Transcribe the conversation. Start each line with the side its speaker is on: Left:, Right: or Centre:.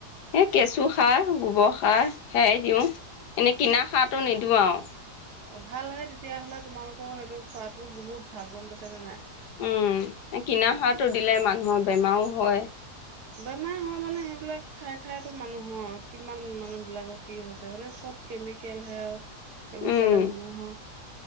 Left: এই কেঁচুসাৰ গোবৰ সাৰ সেয়াই দিওঁ এনেই কিনা সাৰটো নিদিওঁ আৰু
Right: অ' ভাল হয় তেতিয়াাহ'লে তোমালোক সেইটো খোৱাতো বহুত ভাল গম পাইছ নে নাই?
Left: উম কিনা সাট টো দিলে মানুহৰ বেমাৰও হয়
Right: বেমাৰ হয় মানে সেইবিলাক খাই খাইতো মানুহৰ কিমান মানুহ বিিলাকৰ কি হৈছে মানে চব কেমিকেলহে আৰু সেইবোৰ
Left: উম
Right: খালে মানুহৰ উ